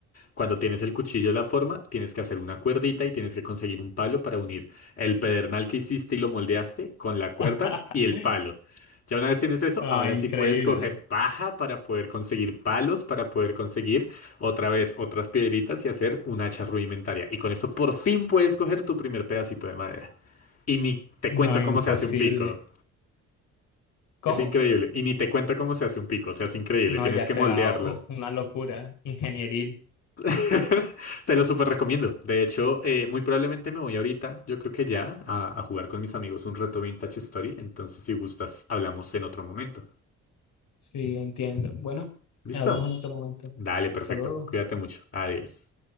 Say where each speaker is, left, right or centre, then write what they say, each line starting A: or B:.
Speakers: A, on the left (about 50°); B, on the left (about 80°).
A: Cuando tienes el cuchillo de la forma, tienes que hacer una cuerdita y tienes que conseguir un palo para unir el pedernal que hiciste y lo moldeaste con la cuerda
B: <laughs>
A: y el palo. Ya una vez tienes eso,
B: Ah,
A: ahora
B: increíble.
A: sí puedes coger paja para poder conseguir palos, para poder conseguir otra vez otras piedritas y hacer un hacha rudimentaria. Y con eso por fin puedes coger tu primer pedacito de madera. Y ni te
B: No,
A: cuento
B: imposible.
A: cómo se hace un pico.
B: ¿Cómo?
A: Es increíble. Y ni te cuento cómo se hace un pico. O sea, es increíble.
B: No,
A: Tienes
B: ya
A: que
B: será
A: moldearlo.
B: o- una locura ingenieril.
A: <laughs> Te lo súper recomiendo. De hecho, eh, muy probablemente me voy ahorita, yo creo que ya, a, a jugar con mis amigos un rato Vintage Story. Entonces, si gustas, hablamos en otro momento.
B: Sí, entiendo. Bueno,
A: ¿Listo?
B: hablamos en otro momento.
A: Dale, perfecto.
B: Hasta luego.
A: Cuídate mucho. Adiós.